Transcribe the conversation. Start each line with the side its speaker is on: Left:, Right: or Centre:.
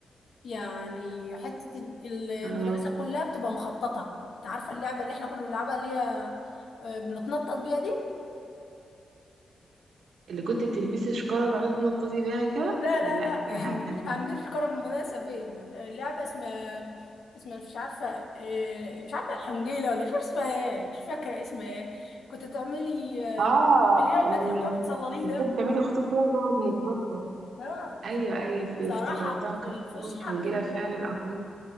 Left: يعني حتة المدرسة
Right: اه
Left: كلها بتبقى مخططة انت عارفة اللعبة اللي احنا كنا بنلعبها اللي هي آه، بنتنطط بيها دي
Right: اللي كنت بتلبسي شكاره وتقعدي تنططي بيها كده
Left: لا لا
Right: ولا
Left: لا <laughs>
Right: أنا؟
Left: هنجيب هنجيبش كرة من المدرسة فين اللعبة اسمها اسمها مش عارفة إيه، مش عارفة الحنجيلة ولا مش عارفة اسمها ايه مش فاكرة اسمها ايه كنت تعملي آه،
Right: اه
Left: اللي هي البيت
Right: ال-
Left: اللي بتقعدي تظلليه
Right: المفروض
Left: ده
Right: تعملي خطوط كده ونقعد نتنطط
Left: اه
Right: ايوه ايوه في-
Left: صراحة
Right: افتكرتها كانت
Left: في الفسحة
Right: بتعمل حنجرة
Left: كن
Right: فعلا او حاجة.